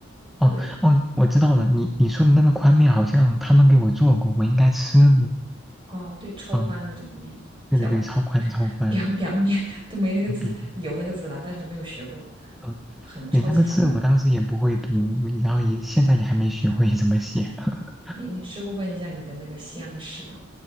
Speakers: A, in the centre; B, on the right (about 25°).
A: 哦哦，
B: 对，
A: 我知道了，你你说的那个宽面好像他们给我做过，我应该吃过。
B: 哦，对，超宽的这个面叫
A: 嗯，对对对，超宽超宽，
B: <laughs> b i a <laughs> 面”，都没那个字，
A: 当表面。
B: 有那个字了，但是没有学过，
A: 嗯，
B: 很超级烦的。
A: 对，那个字我当时也不会读，然后也现在也还没学会怎么写。<laughs>
B: 你你之后问一下你的那个西安的室友。